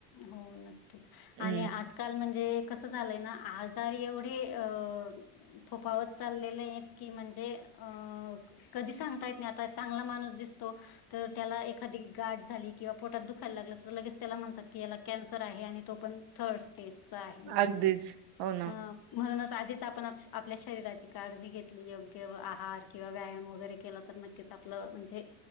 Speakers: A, on the left; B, on the right.
A: हो, नक्कीच.
B: हं,
A: आणि आज काल म्हणजे कसं झालंय ना, आजार एवढे अ फोफावत चाललेले आहेत की म्हणजे अ. कधी सांगतायत नाही आता चांगला माणूस दिसतो. तर त्याला एखादी गाठ झाली किंवा पोटात दुखायला लागलं तर लगेच त्याला म्हणतात. की याला कॅन्सर आहे आणि तो पण थर्ड स्टेजचा आहे म्हणून
B: अगदीच.
A: अस
B: हो ना.
A: ह. म्हणूनच आधीच आपण आपल्या शरीराची काळजी घेतली योग्य आहार किंवा व्यायाम वगैरे केला तर न क्कीच आपलं म्हणजे